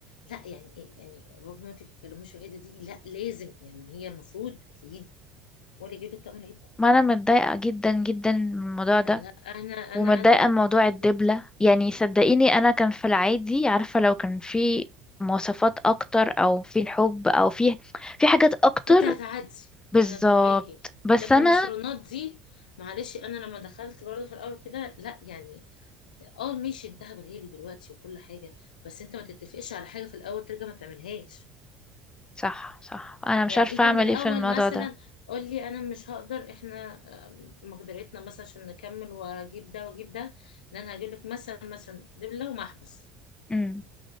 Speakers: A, on the left; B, on the left.
A: لا يعني إيه؟ يعني بابا ما تتكلموش في الحته دي لا لازم يعني هي المفروض العيد هو اللي يجيب لك طقم العيد
B: ما انا متضايقة جدا جدا من الموضوع ده
A: لا انا
B: ومتضايقة
A: انا انا
B: من موضوع
A: كان بيجيب
B: الدبلة يعني صدقيني انا كان في العادي عارفة لو كان في مواصفات اكتر او في الحب او في في حاجات اكتر
A: كنت هتعدي
B: بالظبط
A: انا فاهماكي
B: بس
A: لكن
B: انا
A: الصالونات دي معلش انا لما دخلت برضه في الاول كده لا يعني اه ماشي الدهب غالي دلوقتي وكل حاجه بس انت ما تتفقش على حاجه في الاول ترجع ما تعملهاش
B: صح صح انا مش
A: يعني
B: عارفة
A: انت
B: اعمل
A: من الاول
B: ايه في الموضوع
A: مثلا
B: ده
A: قول لي انا مش هقدر احنا آه، مقدرتنا مثلا عشان نكمل واجيب ده واجيب ده ان انا هجيب لك مثلا مثلا دبله ومحبس
B: امم